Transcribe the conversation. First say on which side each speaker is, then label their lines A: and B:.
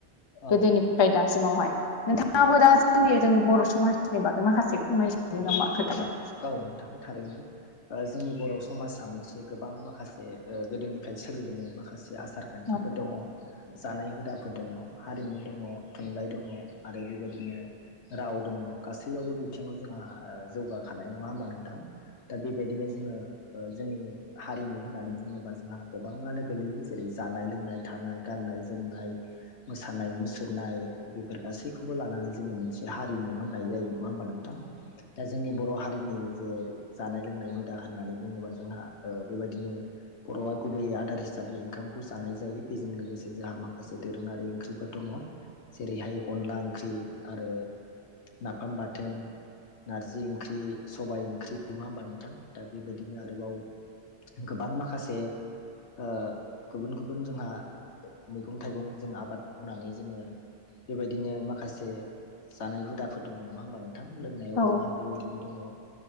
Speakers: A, on the left; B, on the left.
A: औ
B: गोदोनिफ्राय दासिमावहाय नोंथाङाबो दा जोंनि जोंनि बर' समाजनि बागै माखासे फोर <unintelligible> नामा खोथाबो
A: औ नोंथां थारैनो ओ जोंनि बर' समाजा मोनसे गोबां माखासे ओ गोदोनिफ्राय सोलिबोनाय माखासे आसार खान्थिफोर
B: औ
A: दङ जानाय हुदाफोर दङ हारिमु दङ' थुनलाइ दङ'। आरो बेबायदिनो राव दङ' गासैयावबो बिथिङाव जोंहा जौगाख हानाय नङा होमबा नोंथां। दा बेबायदिनो जोङो जोंनि हारिमु होननानै बुङोबा जोंहा गोबाङानो गोलैयो जेरै जानाय लोंनाय थानाय गाननाय जोमनाय मोसानाय मुसुरनाय बेफोर गासैखौबो लानानै जोङो मोनसे हारिमु होननाय जायो। नङा होमबा नोंथां। दा जोंनि बर' हारिनि जे जानाय लोंनाय हुदा होननानै बुङोबा जोंहा ओ बेबायदिनो बर'आ गुबैयै आदार हिसाबै ओंखामखौ जानाय जायो बेजों लोगोसे जोंहा माखासे दोरोङारि ओंख्रिफोर दङ'। जेरैहाय अनला ओंख्रि आरो नाफाम बाथोन, नारजि ओं ख्रि, सबाइ ओंख्रि नङा होमबा नोंथां दा बेबायदिनो आरोबाव गोबां माखासे ओ गुबुन गुबुन जोंहा मैगं थाइगं जों आबाद मावनानै जोङो। बेबायदिनो माखासे जानाय हुदाफोर दङ' नङा होमबा नोंथां लोंनायाव
B: औ
A: जोंहा बेबायदि दङ' ओ